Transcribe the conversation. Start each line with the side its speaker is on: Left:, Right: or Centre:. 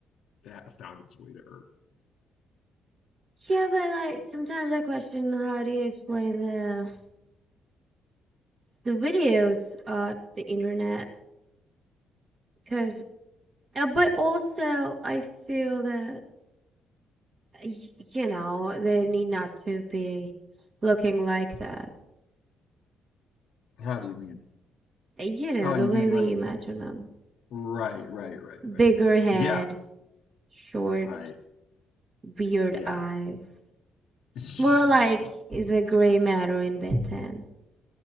Left: ha- found its way to Earth.
Right: Yeah, but like sometimes I question how do you explain the the videos on the internet? Cause, uh, but also I feel that y- you know they need not to be looking like that.
Left: How do you mean?
Right: You know
Left: Oh,
Right: the
Left: you
Right: way
Left: mean
Right: we
Left: like
Right: imagine them:
Left: right, right, right, right,
Right: bigger
Left: right.
Right: head,
Left: Yeah,
Right: short.
Left: right.
Right: weird
Left: Yeah.
Right: eyes.
Left: <laughs> Sure.
Right: More like is a gray matter in Ben 10.